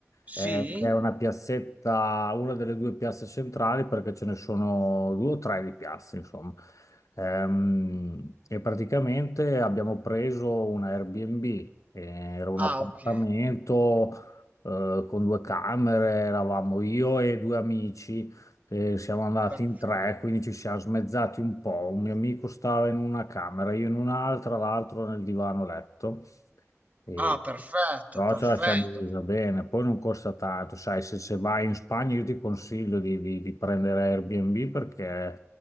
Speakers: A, on the left; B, on the right.
A: eh,
B: Sì?
A: che è una piazzetta, una delle due piazze centrali, perché ce ne sono due o tre di piazze, insomma. Ehm, e praticamente abbiamo preso un Airbnb, eh, era un
B: Ah,
A: appartamento,
B: ok.
A: eh, con due camere, eravamo io e due amici. E siamo andati
B: Perfetto.
A: in tre, quindi ci siamo smezzati un po'. Un mio amico stava in una camera, io in un'altra, l'altro nel divano letto. E...
B: Ah, perfetto,
A: Però
B: perfetto.
A: ce la siamo divisa bene. Poi non costa tanto, sai, se, se vai in Spagna io ti consiglio di, di- di prendere Airbnb perché,